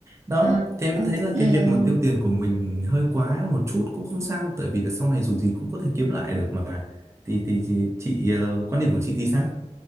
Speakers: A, on the right; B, on the right.
A: đó
B: à,
A: thì em
B: ừ.
A: thấy là
B: ừ.
A: cái việc mà tiêu tiền của mình hơi quá một chút cũng không sao tại vì là sau này dù gì cũng có thể kiếm lại được mà thì thì, thì chị ờ, quan điểm của chị thì sao